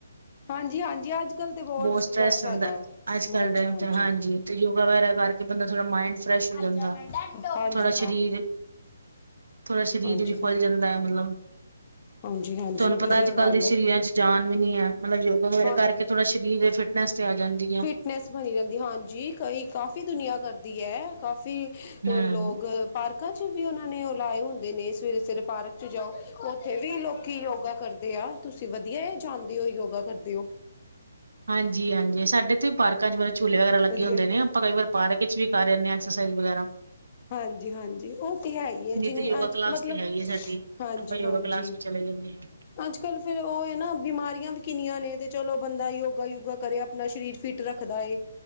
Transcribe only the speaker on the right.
ਬੋਤ
ਸਟ੍ਰੈਸ ਹੋਂਦਾ,
ਅੱਜ
ਕੱਲ੍ਹ ਟਾਈਮ 'ਚ ਹਾਂਜੀ ਤੇ ਯੋ ਗਾ ਵਗੈਰਾ ਕਰਕੇ, ਬੰਦਾ ਥੋੜਾ ਮਾਇੰਡ ਫਰੈਸ਼ ਹੋ
ਜਾਂਦਾ ਥੋੜਾ ਸਰੀਰ ਥੋੜ੍ਹਾ ਸਰੀਰ
ਵੀ ਖੁੱਲ ਜਾਂਦਾ ਐ, ਮਤਲਬ
ਤੁਆਨੂੰ
ਪਤਾ ਅੱਜ ਕੱਲ੍ਹ
ਦੇ
ਸਰੀਰਾਂ ਚ ਜਾਨ ਵੀ ਨੀ ਐ, ਮਤਲਬ ਯੋਗਾ ਵਗੈਰਾ
ਕਰਕੇ ਥੋੜਾ ਸਰੀਰੇ ਫਿਟਨੈਸ ਤੇ ਆ ਜਾਂਦੀ ਐ
ਹੂੰ
ਹਾਂਜੀ -ਹਾਂਜੀ ਸਾਡੇ ਥੇ ਵੀ ਪਾਰਕਾਂ 'ਚ ਮਤਲਬ ਝੂਲੇ ਵਗੈਰਾ ਲੱਗੇ
ਹੁੰਦੇ ਨੇ, ਆਪਾਂ ਕਈ ਵਾਰ ਪਾਰਕ ਏਚ ਵੀ ਕਰ ਆਨੇ ਆ, ਐਕਸਰਸਾਈਜ਼ ਵਗੈਰਾ
ਨਹੀਂ
ਤੇ ਯੋਗਾ
ਕਲਾਸ
ਤੇ ਹੈ ਹੀ ਹੈ ਸਾਡੀ
ਆਪਾਂ ਯੋਗਾ
ਕਲਾਸ ਵਿੱਚ ਚਲੇ ਜਾਂਦੇ ਹਾਂ।